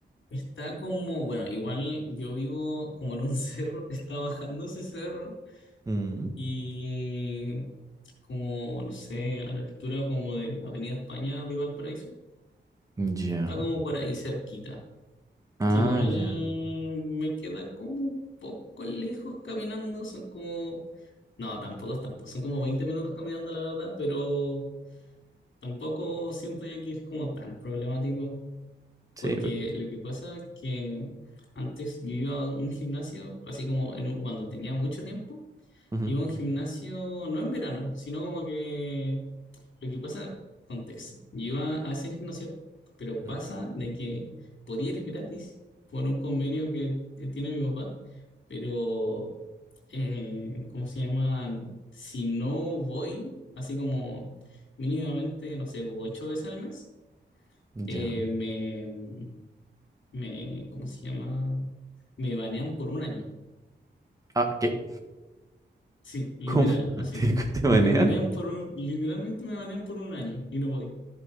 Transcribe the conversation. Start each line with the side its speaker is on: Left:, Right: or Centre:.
Left: está como, bueno, igual yo vivo como en un <laughs> cerro, está bajando ese cerro
Right: Mm,
Left: y como, no sé, a la altura como de Avenida España de Valparaíso,
Right: ya.
Left: está como por ahí cerquita,
Right: Ah,
Left: que igual
Right: ya.
Left: me queda como un poco lejos caminando, son como... No, tampoco es tanto. Son como 20 minutos caminando, la verdad, pero Tampoco siento yo que es como tan problemático,
Right: Sí.
Left: porque
Right: ve-
Left: lo que pasa es que antes yo iba a un gimnasio, así como en un- cuando tenía mucho tiempo.
Right: ujú,
Left: Iba a un gimnasio, no en verano, sino como que lo que pasa, contexto. Yo iba a ese gimnasio, pero
Right: ujú,
Left: pasa de que podía ir gratis por un convenio que eh, tiene mi papá, pero, eh, ¿cómo se llama? Si no voy, así como mínimamente, no sé, ocho veces al mes,
Right: Ya.
Left: eh, me, me, ¿cómo se llama? Me banean por un año.
Right: Ah, ¿qué?
Left: Sí, literal,
Right: ¿Cómo? <laughs>
Left: así.
Right: ¿Te, te banean?
Left: Me banean por un, literalmente me banean por un año y no voy.